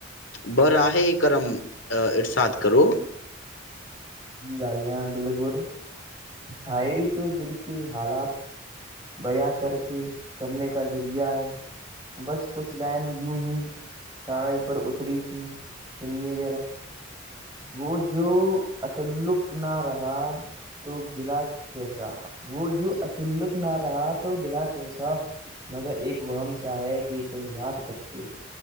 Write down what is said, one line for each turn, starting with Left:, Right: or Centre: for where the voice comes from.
Left: بر آاہ کررم ارساد کرو
Right: جی بھائیا بالکل شاعری تو دل کے حالات بیاں کر کے کرنے کا ذریعہ ہے بس کچھ لائن یوں ہی کاغذ پر اتری تھی سنیے جذرا وہ جو اتعلق نہ رہا تو گلا کیسا وہ جو اتلق نہ رہا تو گلا کیسا مگر ایک وہ ہم سا ہے کہ تم یاد کرتے ہو